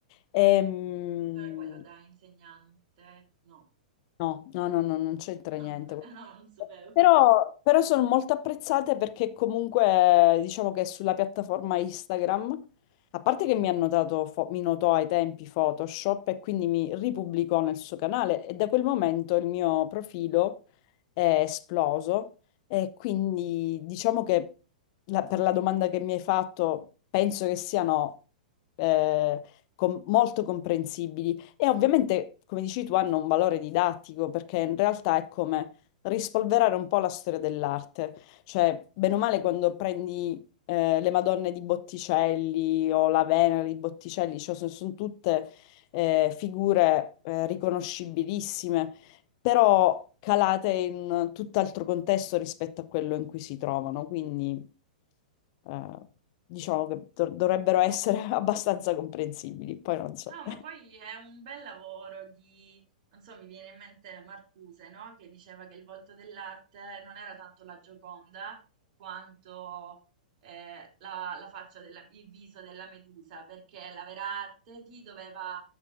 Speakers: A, on the left (about 45°); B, on the right (about 45°).
A: Ehm,
B: Cioè quello da insegnante, no,
A: no, no, no, no, non c'entra
B: <laughs> no,
A: niente.
B: non sapevo.
A: Però, però sono molto apprezzate perché comunque diciamo che sulla piattaforma Instagram, a parte che mi hanno dato, fo- mi notò ai tempi Photoshop e quindi mi ripubblicò nel suo canale e da quel momento il mio profilo è esploso e quindi diciamo che la- per la domanda che mi hai fatto penso che siano eh, com- molto comprensibili e ovviamente come dici tu hanno un valore didattico perché in realtà è come rispolverare un po' la storia dell'arte. Cioè, bene o male, quando prendi eh, le Madonne di Botticelli o la Venere di Botticelli, cioè, sono, tutte eh, figure eh, riconoscibilissime, però calate in tutt'altro contesto rispetto a quello in cui si trovano. Quindi, eh, diciamo che dov- dovrebbero essere <laughs> abbastanza comprensibili. Poi non so.
B: No, ma poi è un bel lavoro di, non so, mi viene in mente Marcuse, no? Che diceva che il volto dell'arte non era tanto la Gioconda quanto eh, la, la faccia della, il viso della Medusa, perché la vera arte ti doveva